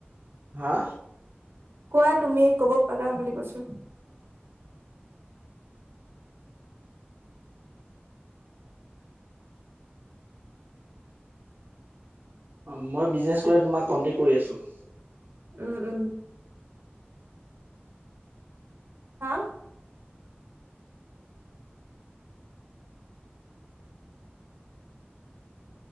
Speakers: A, on the right (about 55°); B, on the right (about 75°).
A: হা।
B: কোৱা তুমি, ক'ব পাৰা বুলি কৈছো।
A: অ', মই বিজনেছ কৰি তোমাক কণ্টেক কৰি আছোঁ।
B: উম উম। হা।